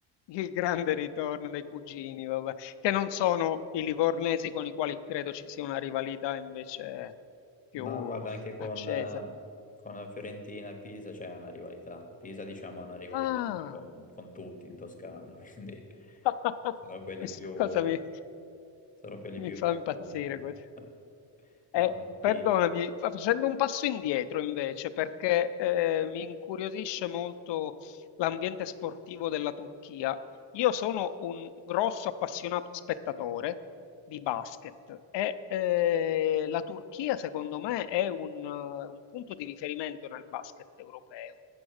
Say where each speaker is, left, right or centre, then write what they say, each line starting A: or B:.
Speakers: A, on the left (about 70°); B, on the left (about 20°).
A: il grande ritorno dei cugini, vabbè, che non sono i livornesi con i quali credo ci sia una rivalità invece più
B: Ma guarda, anche con,
A: accesa.
B: eh, con Fiorentina e Pisa c'è una rivalità. Pisa, diciamo, ha una rivalità
A: Ah!
B: un po' con, con tutti in Toscana, <laughs> quindi
A: <laughs>
B: sono quelli
A: Questa
B: più...
A: cosa mi
B: Sono quelli
A: mi
B: più
A: fa
B: un
A: impazzire
B: po' di- <laughs>
A: quasi. Eh,
B: No,
A: perdonami,
B: sì.
A: fa- facendo un passo indietro invece, perché eh, mi incuriosisce molto l'ambiente sportivo della Turchia. Io sono un grosso appassionato spettatore di basket e eh, la Turchia, secondo me, è un, eh, un punto di riferimento nel basket europeo,